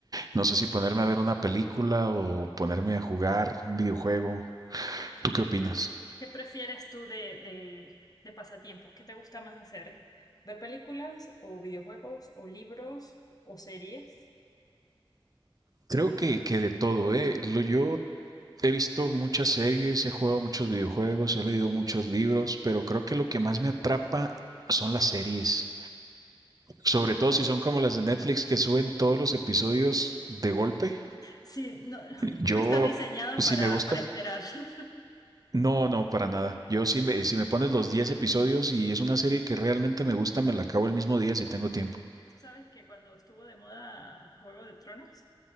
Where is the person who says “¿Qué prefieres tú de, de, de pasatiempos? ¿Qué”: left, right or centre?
Left